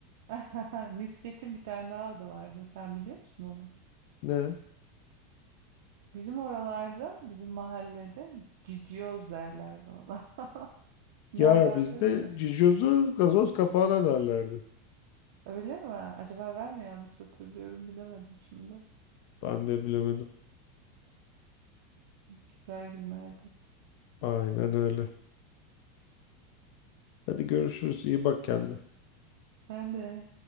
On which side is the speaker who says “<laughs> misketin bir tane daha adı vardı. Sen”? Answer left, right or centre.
Right